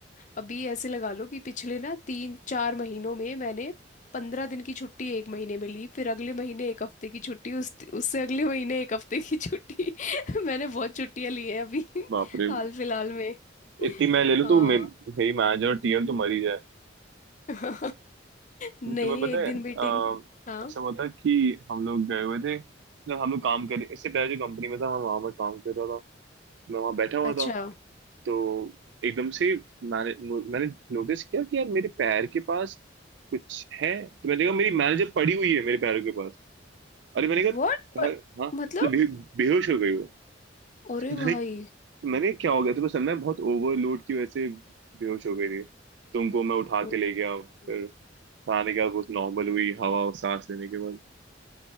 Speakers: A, on the left (about 40°); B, on the right (about 65°).
A: अभी ऐसे लगा लो कि पिछले ना तीन चार महीनों में मैंने पंद्रह दिन की छुट्टी एक महीने में ली फिर अगले महीने एक हफ्ते की छुट्टी उस उससे अगले महीने एक हफ्ते की छुट्टी <laughs> मैंने बहुत छुट्टियां ली हैं अभी <laughs>
B: बाप रे
A: हाल फिलहाल में
B: इतनी मैं ले लूँ
A: हाँ
B: तो मे, मेरी मैनेजर और टीएम तो मर ही जाए
A: <laughs> नहीं
B: तुम्हें पता
A: एक
B: है
A: दिन
B: अ,
A: मीटिंग हाँ
B: ऐसा हुआ था कि हम लोग गए हुए थे मतलब हम लोग काम कर इससे पहले जो कंपनी में था मैं वहां पर काम कर रहा था मैं वहां बैठा हुआ
A: अच्छा
B: था तो एकदम से मैंने मु- मैंने नोटिस किया कि यार मेरे पैर के पास कुछ है तो मैंने कहा मेरी मैनेजर पड़ी हुई है मेरे पैरों के पास अरे मैंने कहा
A: व्हाट
B: भाई हाँ मतलब
A: मतलब
B: बे, बेहोश हो गई वो <laughs>
A: अरे
B: मैंने
A: भाई
B: मैंने कहा, क्या हो गया तो बस मैं बहुत ओवरलोड की वजह से बेहोश हो गई थी तो उनको मैं उठा
A: ओ,
B: के ले गया फिर
A: हम्म।
B: खाने के बाद वो नॉर्मल हुई हवा और सांस लेने के बाद